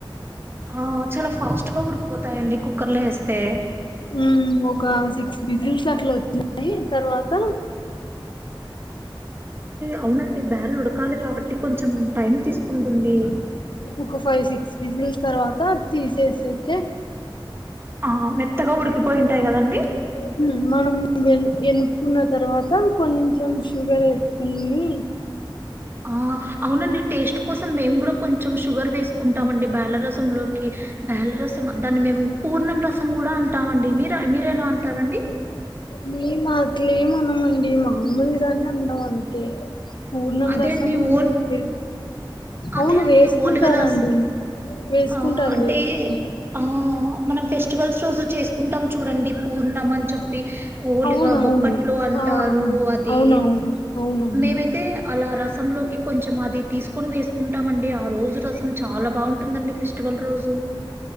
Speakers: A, on the right; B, on the left.
A: ఆ చాలా ఫాస్ట్గా ఉడుక్పోతాయండి కుక్కర్లో ఎస్తే
B: ఉమ్ ఒక సిక్స్ బిజిన్స్ అట్లా ఒచ్చినాయి తర్వాత
A: అవునండి బ్యర ఉడకాలి కాబట్టి కొంచెం టైమ్ తీస్కుంటుంది.
B: ఒక ఫైవ్ సిక్స్ విజిల్స్ తర్వాత తీసేసేస్తే
A: ఆ మెత్తగా ఉడికిపోయింటాయి గదండి.
B: హు మనం వె ఎనుప్కున్న తర్వాత కొంచెం షుగర్ వేస్కుని
A: ఆ అవునండి టేస్ట్ కోసం మేం గూడా కొంచెం షుగర్ వేస్కుంటామండి బ్యాల్లరసంలో కి బ్యాల్ల రసం దాన్ని మేము పూర్ణం రసం గూడా అంటామండి మీర మీరు ఎలా అంటారండి
B: మేమాట్లేంనమండి మామూల్గానే అన్నాం అంకి పూర్ణం
A: అదే
B: రసం
A: అండి
B: ఉంటే
A: ఓల్ అదే
B: అవును
A: అండి
B: వేస్కుంటారండి
A: ఓలుగ రస్
B: వేస్కుంటారు
A: ఆ అంటే
B: వేస్కుంటారు.
A: ఆ మనం ఫెస్టివల్స్ రోజు చేస్కుంటాం చూడండి పూర్ణం అన్ చెప్ ఊల్గా
B: అవునవును
A: బొప్పట్లు అంటారు
B: ఆ
A: అది
B: అవునవును అవునవును
A: మేమైతే అలా రసంలోకి కొంచం అది తీస్కొని వేస్కుంటామండి ఆ రోజు రసం చాలా బావుంటుందండి ఫెస్టివల్ రోజు